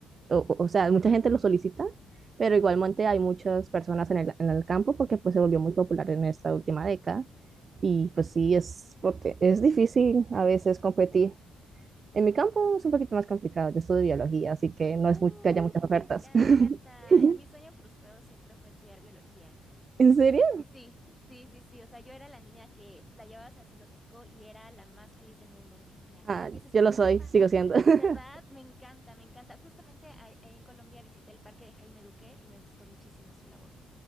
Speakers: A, on the right; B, in the centre.
A: o, o sea, mucha gente lo solicita, pero igualmente hay muchas personas en el, en el campo porque pues se volvió muy popular en esta última década y pues sí, es porque es difícil a veces competir. En mi campo es un poquito más complicado, yo estudio biología, así que no
B: Uy,
A: es muy, que haya muchas ofertas.
B: me encanta.
A: <laughs>
B: Y Mi sueño frustrado siempre fue estudiar biología.
A: ¿En
B: Y
A: serio?
B: sí, sí, sí, sí. O sea, yo era la niña que la llevabas al zoológico y era la más feliz del mundo de que, mira,
A: Ah,
B: y esa es
A: yo
B: una
A: lo
B: jirafa.
A: soy, sigo siendo. <laughs>
B: ¿Verdad? Me encanta, me encanta. Justamente ahí ahí en Colombia visité el parque de Jaime Duque y me gustó muchísimo su labor.